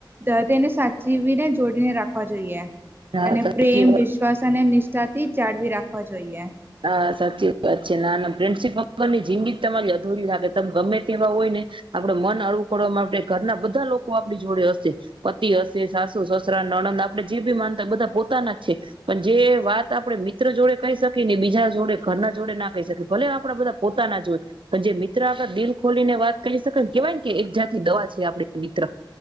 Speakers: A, on the right; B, on the right.
A: અ તેને સાચવીને છોડીને રાખવા જોઈએ.
B: સાચી
A: અને પ્રેમ,
B: વાત
A: વિશ્વાસ અને નિષ્ તાથી જાળવી રાખવા જોઈએ.
B: હા સાચી વાત છે. નાના ફ્રેન્ડશિપ વગર ની જિંદગી તમારી અધૂરી લાગે. તમે ગમે તેવા હોય ને, આપડે મન અળવું કરવા માટે ઘરના બધા લોકો આપણી જોડે હશે પતિ હશે, સાસુ, સસરા, નણંદ આપણે જે બી માનતા બધા પોતાના જ છે પણ જે વાત આપડે મિત્ર જોડે કય શકયે ને બીજા જોડે, ઘર ના જોડે ના કય શકે ભલે આમ આપડા બધા પોતાના જ હોય પણ જે મિત્ર મિત્ર આગાડે આપને દિલ ખોલીને વાત કરી શકાય, કેવાય કે એક જાત ની દવા છે આપડી મિત્ર.